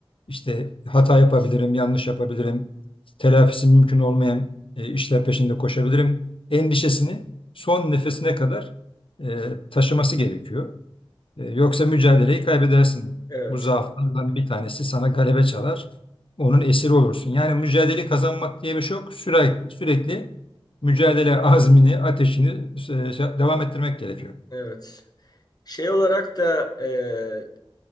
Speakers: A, on the left (about 65°); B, on the left (about 45°).
A: İşte hata yapabilirim, yanlış yapabilirim, telafisi mümkün olmayan e, işler peşinde koşabilirim. Endişesini son nefesine kadar e, taşıması gerekiyor. E, yoksa mücadeleyi kaybedersin.
B: Evet,
A: Bu zaaflardan bir tanesi sana galebe çalar. Onun esiri olursun. Yani mücadele kazanmak diye bir şey yok. Sürekli, sürekli mücadele azmini, ateşini e, şey, devam ettirmek gerekiyor.
B: evet. Şey olarak da e,